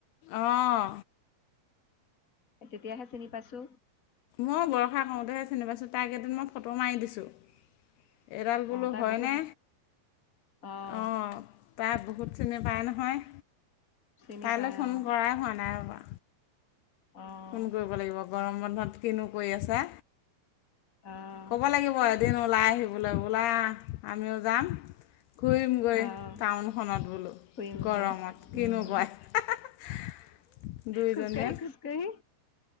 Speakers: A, on the left (about 75°); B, on the left (about 25°).
A: আহ।
B: তেতিয়াহে চিনি পাইছো।
A: মই বৰষা কৰওঁতেহে চিনি পাইছোঁ তাৰ কেইদিন মই ফটো মাৰি দিছোঁ। এইডাল বোলো
B: আহ তাই
A: হয়নে
B: বহুত আহ।
A: অঁ তাই বহুত চিনি পায় নহয়,
B: চিনি
A: কাইলৈ
B: পায়
A: ফোন
B: অ'
A: কৰাই হোৱা নাই ৰ'বা!
B: অ'
A: ফোন কৰিব লাগিব গৰম বন্ধত কিনো কৰি আছে?
B: অ'
A: ক'ব লাগিব এদিন ওলাই আহি বোলে বোলা আমিও যাম। ঘূৰিম গৈ
B: অ'
A: টাউনখনত বোলো
B: ফুৰিমগে
A: গৰমত কিনো
B: উম
A: কয় হা হা। দুইজনিয়ে।
B: খোজকাঢ়ি খোজকাঢ়ি